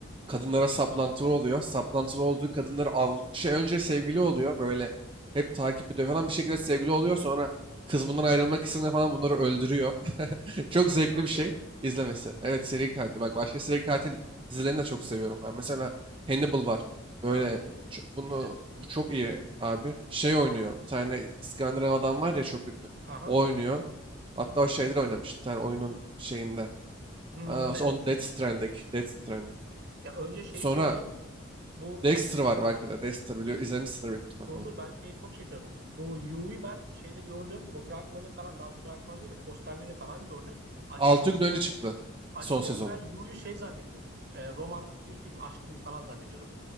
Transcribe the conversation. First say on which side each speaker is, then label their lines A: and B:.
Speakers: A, on the right; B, on the right.
A: Kadınlara saplantılı oluyor. Saplantılı olduğu kadınları av şey önce sevgili oluyor. Böyle hep takip ediyor falan bir şekilde sevgili oluyor. Sonra kız bundan ayrılmak istediğinde falan bunları öldürüyor. <laughs> Çok
B: Seri
A: zevkli
B: Katil
A: bir şey
B: mi?
A: izlemesi. Evet seri katil. Bak başka seri katil dizilerini de çok seviyorum ben. Mesela Hannibal var. Böyle
B: Aha bilirim.
A: ço- bunu
B: İzledim.
A: bu çok iyi abi. Şey oynuyor. Bir tane İskandinav adam var ya çok ünlü.
B: Aha.
A: O oynuyor. Hatta o şeyde de oynamış. Bir tane oyunun şeyinde.
B: Hmm,
A: Aa,
B: evet.
A: on Death Stranding. Death Stranding.
B: Ya önce şeyi
A: Sonra
B: söyleyeyim. Bu
A: Dexter var belki de. Dexter biliyor. İzlemişsindir büyük ihtimal
B: dur
A: onu.
B: dur ben şeye çok şaşırdım. Bu Yu'yu ben şeyde gördüm. Bu fragmanı falan daha doğrusu fragman değil de posterlerini falan gördüm. Açıkçası
A: altı gün önce çıktı
B: açıkçası
A: son sezonu.
B: ben Yu'yu şey zannediyordum. E, romantik bir film, aşk filmi falan zannediyordum.